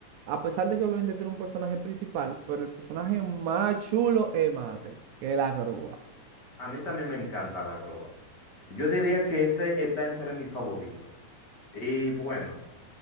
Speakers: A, on the right; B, on the left.
A: a pesar de que obviamente tiene un personaje principal, pero el personaje más chulo es Mate, que es la grúa.
B: A mí también me encanta la grúa. Yo diría que ese está entre mis favoritos. Y bueno,